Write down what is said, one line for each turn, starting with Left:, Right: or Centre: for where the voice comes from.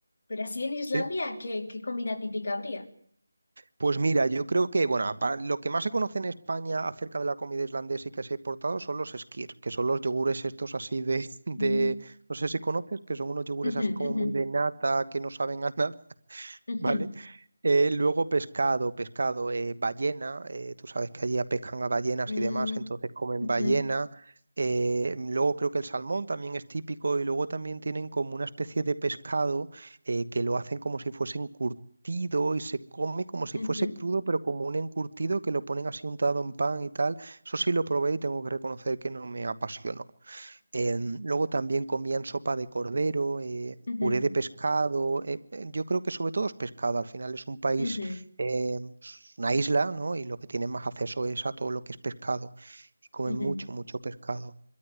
Left: pero así en Islandia,
Right: ¿sí?
Left: ¿qué, qué comida típica habría?
Right: Pues mira, yo creo que, bueno, apa- lo que más se conoce en España acerca de la comida islandesa y que se ha exportado son los skyr, que son los yogures estos así de, <laughs> de,
Left: Mm.
Right: no sé si conoces, que son unos yogures
Left: Ujú,
Right: así como
Left: ujú,
Right: muy de nata, que no saben a nada, <laughs>
Left: ujú.
Right: ¿vale? Eh, luego pescado, pescado, eh, ballena, eh, tú sabes que allí pescan a ballenas
Left: Mm,
Right: y demás, entonces comen
Left: ujú,
Right: ballena. Eh, luego creo que el salmón también es típico y luego también tienen como una especie de pescado eh, que lo hacen como si fuese encurtido y se come como si
Left: ujú,
Right: fuese crudo, pero como un encurtido que lo ponen así untado en pan y tal. Eso sí lo probé y tengo que reconocer que no me apasionó. Eh, luego también comían sopa de cordero, eh,
Left: ujú,
Right: puré de pescado. eh, eh, yo creo que sobre todo es pescado. Al final es un país,
Left: ujú,
Right: eh, es una isla, ¿no? Y lo que tienen más acceso es a todo lo que es pescado. Y comen
Left: ujú,
Right: mucho, mucho pescado.